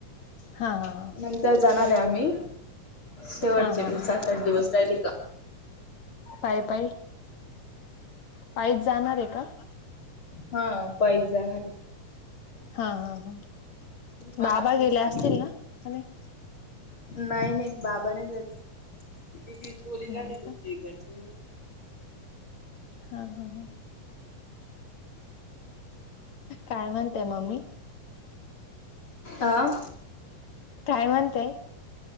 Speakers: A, on the left (about 55°); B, on the left (about 40°).
A: हां हां हां.
B: नंतर जाणार आहे आम्ही शेवटचे
A: हा हा हा
B: सात आठ दिवस राहिले का.
A: पायी पायी पायीच जाणार आहे का?
B: हां पायीच जाणार आहे.
A: हां हां हां
B: आहे.
A: बाबा गेले असतील ना? की नाही?
B: नाही नाही बाबा नाही जात. दीदी कोली झाली
A: नाही
B: तुमची
A: का
B: इकडची <inaudible>
A: हा हा हा काय म्हणताय मम्मी?
B: अह.
A: काय म्हणतेय?